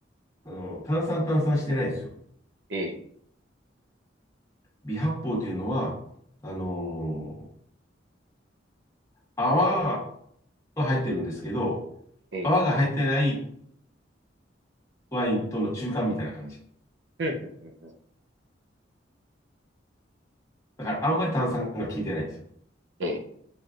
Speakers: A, on the left (about 15°); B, on the right (about 70°).
A: あの炭酸炭酸してないんですよ。
B: ええ、
A: 微発泡というのは、あのー泡は入ってるんですけど、
B: ええ、
A: 泡が入ってないワインとの中間みたいな感じ。
B: うん、うん、うん、うん。
A: だからあんまり炭酸が効いてないんですよ。
B: ええ、